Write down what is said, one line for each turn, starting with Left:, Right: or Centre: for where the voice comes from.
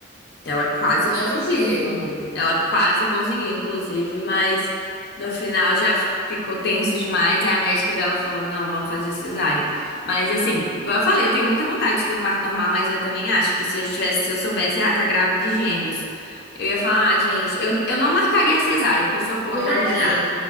Left: Ela quase
Right: E
Left: conseguiu,
Right: não conseguiu.
Left: inclusive. Ela quase conseguiu, inclusive, mas no final já ficou tenso demais. Aí a médica dela falou: não, vamos fazer cesárea. Mas assim, igual eu falei, eu tenho muita vontade de ter um parto normal, mas eu também acho que se eu tivesse, se eu soubesse, ah, tá grávida de gêmeos, eu ia falar, ah, gente, eu, eu não marcaria cesárea, porque eu sou contra
Right: Eu marcaria,
Left: agendar.